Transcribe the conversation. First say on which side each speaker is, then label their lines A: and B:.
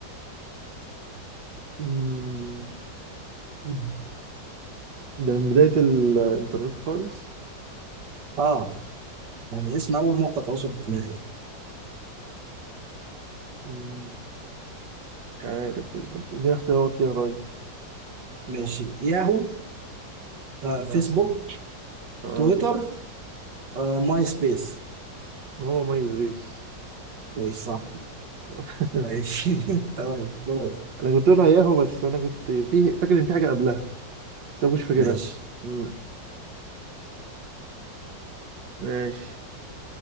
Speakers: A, on the right; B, on the right.
A: مم،
B: مم.
A: ده من بداية الإنترنت خالص
B: اه يعني اسم اول موقع تواصل اجتماعي
A: مم، مش عارف دي اختيارات كده طيب
B: ماشي ياهو آه،
A: تمام.
B: فيسبوك
A: اه
B: تويتر آه ماي سبيس
A: إن هو مايز بيس
B: ماشي صح
A: <laughs>
B: ماشي <laughs> تمام دورك
A: أنا كنت أقولها ياهو بس أنا كنت في فاكر إن في حاجة قبلها بس أنا مش فاكرها
B: ماشي
A: مم، ماشي